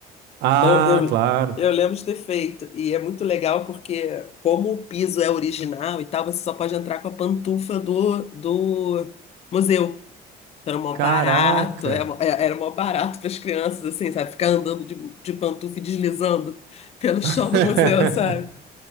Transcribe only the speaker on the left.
Então eu, eu,
eu lembro de ter feito e é muito legal porque como o piso é original e tal, você só pode entrar com a pantufa do, do museu. Então, Era mó
barato, era mó é- era mó barato para as crianças, assim, sabe? Ficar andando de, de pantufa e deslizando <laughs> pelo chão
do museu, sabe?